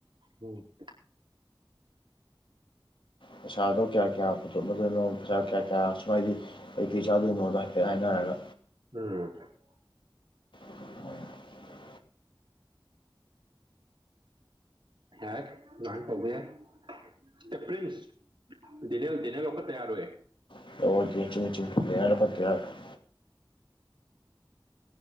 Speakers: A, on the right (about 70°); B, on the left (about 75°).
A: ꯎꯝ
B: ꯄꯩꯁꯥꯗꯣ ꯀꯌꯥ ꯀꯌꯥ ꯄꯨꯊꯣꯛꯅꯗꯣꯏꯅꯣ ꯄꯩꯁꯥ ꯀꯌꯥ ꯀꯌꯥ ꯁꯨꯃꯥꯏꯗꯤ ꯀꯩ-ꯀꯩ ꯆꯥꯗꯣꯏꯅꯣꯗꯣ ꯍꯥꯏꯐꯦꯠ ꯍꯥꯏꯅꯔꯒ
A: <unintelligible>
B: <inaudible>
A: ꯌꯥꯏ ꯂꯥꯟ ꯄꯧꯕ ꯌꯥꯏ ꯑꯦ ꯄ꯭ꯔꯤꯟꯁ ꯗꯤꯅꯦꯜ ꯗꯤꯅꯦꯜ ꯂꯧꯈꯠꯇ ꯌꯥꯔꯣꯏꯑꯦ
B: <unintelligible>